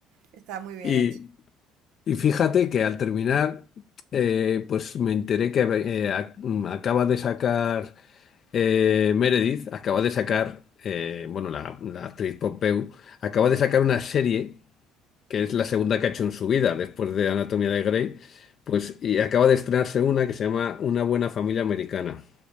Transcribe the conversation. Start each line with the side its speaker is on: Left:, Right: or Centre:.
Right: está muy bien
Left: Y,
Right: hecho.
Left: y fíjate que al terminar, eh, pues me enteré que eh, ac- acaba de sacar... Eh, Meredith acaba de sacar, eh, bueno, la, la actriz Pop Behu, acaba de sacar una serie que es la segunda que ha hecho en su vida después de Anatomía de Grey, pues y acaba de estrenarse una que se llama Una buena familia americana.